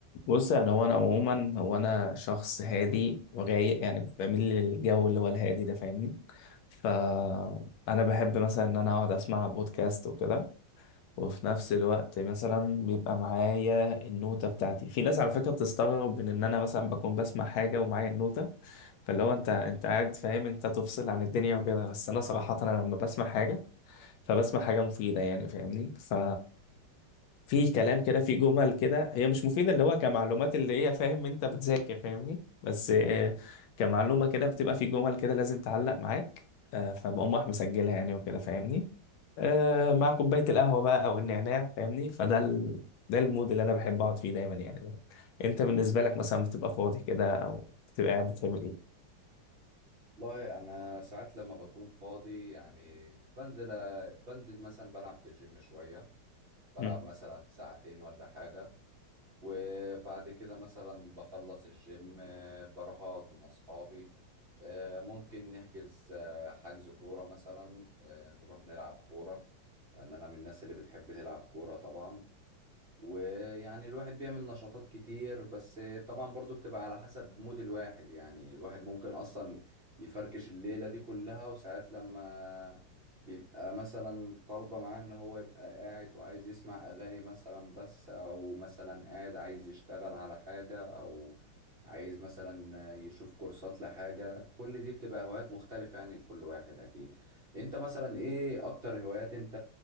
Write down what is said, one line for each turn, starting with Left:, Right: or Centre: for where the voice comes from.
Left: بص يعني هو انا عموما هو انا شخص هادي ورايق يعني بميل للجو اللي هو الهادي ده فاهمني فانا بحب مثلا ان انا اقعد اسمع بودكاست وكده وفي نفس الوقت مثلا بيبقى معايا النوتة بتاعتي في ناس على فكرة بتستغرب من ان انا مثلا بكون بسمع حاجة ومعايا النوتة فاللي هو انت انت قاعد فاهم انت تفصل عن الدنيا وكده بس انا صراحة انا لما بسمع حاجة فبسمع حاجة مفيدة يعني فاهمني ف في كلام كده في جمل كده هي مش مفيدة اللي هو كمعلومات اللي هي فاهم انت بتذاكر فاهمني بس آه، كمعلومة كده بتبقى في جمل كده لازم تعلق معاك آه، فبقوم راح مسجلها يعني وكده فاهمني آه، مع كوباية القهوة بقى او النعناع فاهمني فده ال... ده المود اللي انا بحب اقعد فيه دايما يعني انت بالنسبة لك مثلا بتبقى فاضي كده او بتبقى قاعد بتعمل ايه
Right: والله انا ساعات لما بكون فاضي يعني بنزل بنزل مثلا بلعب في الجيم شويه بلعب
Left: مم.
Right: مثلا ساعتين ولا حاجه وبعد كده مثلا بخلص الجيم آه، بروح اقعد مع اصحابي آه، ممكن نحجز آه، حجز كوره مثلا آه، نروح نلعب كوره لان انا من الناس اللي بتحب تلعب كوره طبعا ويعني الواحد بيعمل نشاطات كتير بس طبعا برضو بتبقى على حسب مود الواحد يعني الواحد ممكن اصلا يفركش الليلة دي كلها وساعات لما بيبقى مثلا طالبة معاه ان هو يبقى قاعد وعايز يسمع اغاني مثلا بس او مثلا قاعد عايز يشتغل على حاجة او عايز مثلا يشوف كورسات لحاجة كل دي بتبقى هوايات مختلفة يعني لكل واحد اكيد انت مثلا ايه اكتر هوايات انت